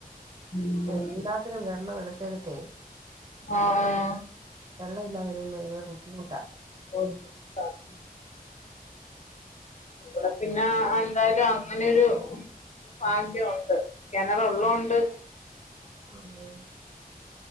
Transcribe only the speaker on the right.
എന്താത്തിനും വെള്ളം എടുത്തെ എടുത്തേ
വെള്ളം എല്ലാവരും ഭയങ്കര ബുദ്ധിമുട്ടാ
അങ്ങനെ